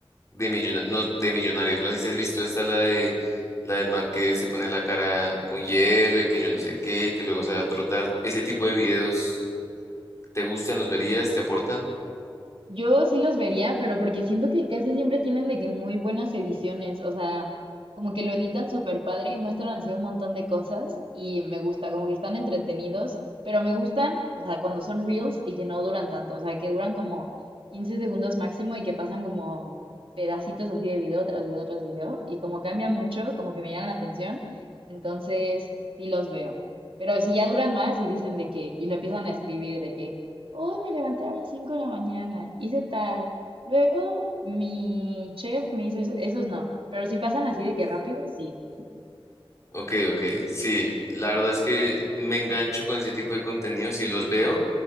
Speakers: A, on the left; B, on the right.
A: de, millona- no, de Millonarios. No sé si has visto esta, la de la del man que se pone la cara con hielo y que yo no sé qué, y que luego sale a trotar. Ese tipo de videos, ¿te gustan? ¿Los verías? ¿Te aportan?
B: Yo sí los vería, pero porque siento que casi siempre tienen de que muy buenas ediciones, o sea, como que lo editan súper padre y muestran así un montón de cosas y me gusta, como que están entretenidos, pero me gustan, o sea, cuando son reels y que no duran tanto, o sea, que duran como 15 segundos máximo y que pasan como pedacitos así de video tras video tras video y como cambia mucho, como que me llaman la atención, entonces sí los veo. Pero si ya duran más y dicen de que, y lo empiezan a escribir de que Hoy me levanté a las 5 de la mañana, hice tal. Luego mi chef me hizo eso. Esos no, pero si pasan así de que rápido, sí.
A: Ok, ok, sí, la verdad es que me engancho con ese tipo de contenidos y los veo